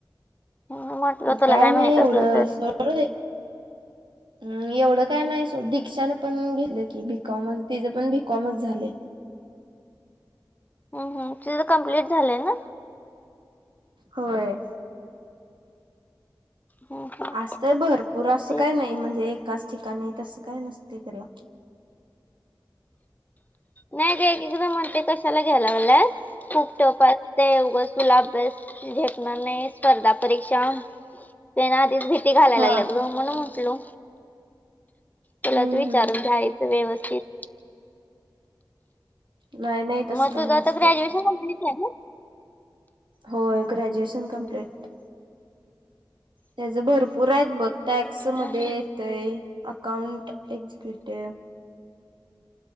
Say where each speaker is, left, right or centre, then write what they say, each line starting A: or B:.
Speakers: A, on the left; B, on the right.
A: म्हटलं तुला
B: काय नाही
A: माहित
B: एवढं
A: असलं तर
B: <inaudible>
A: <inaudible>
B: हम एवढं काय नाही सोड दीक्षाने पण घेतलं की बीकॉमच तिज पण बीकॉमच झालंय
A: ह हम तिज कम्प्लीट झालंय ना?
B: होय
A: हम्म हम्म
B: असतय भरपूर असं
A: तेच
B: काय नाही
A: मग
B: म्हणजे एकाच ठिकाणी तसं काय नसतय त्याला
A: नाही ग एकेकदा म्हणते कशाला घ्यायलागल्यास खूप टफ असतय उगच तुला अभ्यास झेपणार नाही स्पर्धा परीक्षा ते ना आधीच भीती घालाय
B: हा.
A: लागल्यात ग म्हणून म्हटलो तुलाच
B: हम्म
A: विचारून
B: हम्म
A: घ्यायचं व्यवस्थित
B: नाही नाही तसं
A: मग
B: काही
A: तुझ
B: नसतय
A: ग्रॅज्युएशन कंप्लीट हाय ना
B: होय ग्रॅज्युएशन कम्प्लीट त्याज भरपूर आहेत बघ टॅक्स मध्ये
A: हम्म हम्म
B: येतय अकाउंट एक्झिक्युटिव